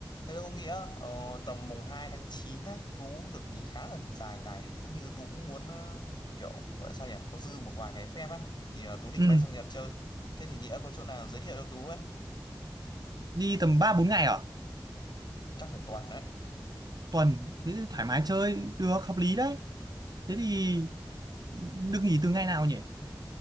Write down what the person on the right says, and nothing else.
Ừ,
đi tầm 3 4 ngày ở
tuần thế thì thoải mái chơi được hợp lý đấy. Thế thì được nghỉ từ ngày nào nhỉ?